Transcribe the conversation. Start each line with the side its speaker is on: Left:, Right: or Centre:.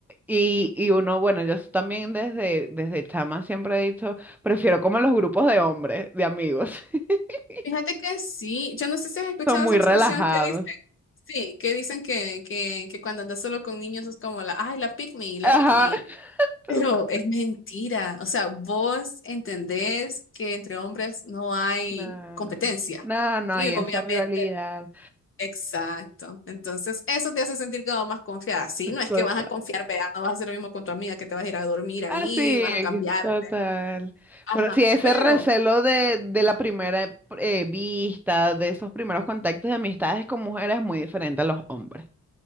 Centre: Y, y uno, bueno, yo también desde, desde chama siempre he dicho, prefiero como los grupos de hombres, de amigos. <laughs>
Left: Fíjate que sí. Yo no sé si has escuchado
Centre: Son muy
Left: esa expresión
Centre: relajados.
Left: que dicen. Sí, que dicen que, que, que cuando andas solo con niños es como la, ay, la pick me, la
Centre: Ajá.
Left: pick me.
Centre: <laughs> tal
Left: Pero
Centre: cu-
Left: es mentira. O sea, vos entendés que entre hombres no hay
Centre: No,
Left: competencia.
Centre: no, no
Left: Y
Centre: hay esa
Left: obviamente,
Centre: rivalidad.
Left: exacto. Entonces, eso te hace sentir como más confiada. Sí, no es
Centre: Total.
Left: que vas a confiar, vea, no vas a hacer lo mismo con tu amiga que te vas a ir a dormir ahí,
Centre: Ah, sí,
Left: vas a cambiarte.
Centre: total.
Left: Ajá,
Centre: Pero sí, ese
Left: pero,
Centre: recelo de, de la primera eh, vista, de esos primeros contactos de amistades con mujeres es muy diferente a los hombres.